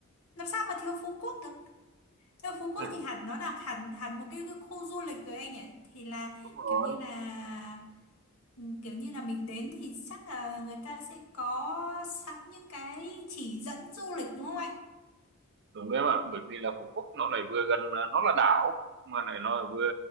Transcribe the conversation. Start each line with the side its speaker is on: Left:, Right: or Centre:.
Left: Làm sao mà thiếu Phú Quốc được? Nhưng mà Phú Quốc
Right: <laughs>
Left: thì hẳn nó là hẳn hẳn một cái khu du lịch rồi anh nhỉ? Thì là
Right: đúng rồi
Left: kiểu như là ừ, kiểu như là mình đến thì chắc là người ta sẽ có sẵn những cái chỉ dẫn du lịch đúng không anh?
Right: đúng đấy em ạ bởi vì là Phú Quốc nó lại vừa gần ờ, nó là đảo mà này nó vừa